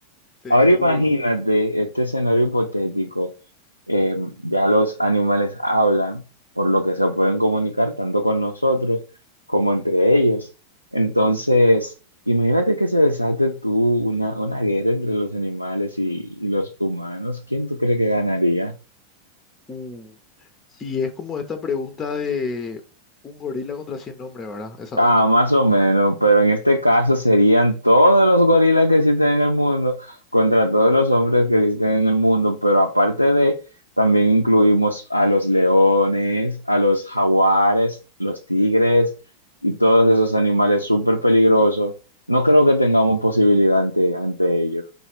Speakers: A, on the left; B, on the left.
A: te
B: Ahora
A: juro.
B: imagínate este escenario hipotético. eh, ya los animales hablan, por lo que se pueden comunicar tanto con nosotros como entre ellos. Entonces, imagínate que se desate tú una, una guerra entre los animales y, y los humanos. ¿Quién tú crees que ganaría?
A: Uh, y es como esta pregunta de un gorila contra 100 hombres, ¿verdad? Esa
B: Ah,
A: onda.
B: más o menos, pero en este caso serían todos los gorilas que existen en el mundo contra todos los hombres que existen en el mundo, pero aparte de, también incluimos a los leones, a los jaguares, los tigres y todos esos animales súper peligrosos. No creo que tengamos posibilidad ante, ante ellos.